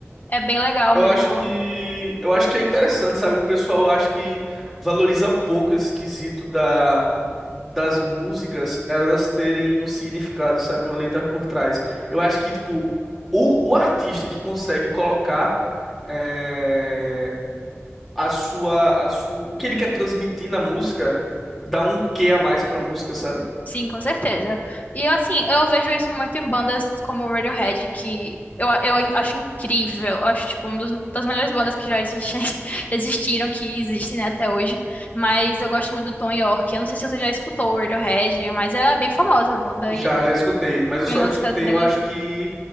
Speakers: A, on the left (about 35°); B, in the centre.
A: é bem legal
B: Eu
A: mesmo.
B: acho que eu acho que é interessante, sabe? O pessoal acho que valoriza pouco esse quesito da das músicas, elas terem um significado, sabe, uma letra por trás. Eu acho que tipo o, o artista que consegue colocar é, a sua a sua o que ele quer transmitir na música dá um quê a mais pra música, sabe?
A: Sim, com certeza. E assim, eu vejo isso muito em bandas como o Radiohead, que eu, eu acho incrível. Eu acho, tipo, uma das melhores bandas que já existem, <laughs> já existiram, que existem, né, até hoje. Mas eu gosto muito do Tom York. Eu não sei se você já escutou o Radiohead, mas ela é bem famosa, a banda.
B: Já,
A: E
B: já escutei, mas eu
A: tem
B: só
A: músicas
B: escutei,
A: bem...
B: eu acho que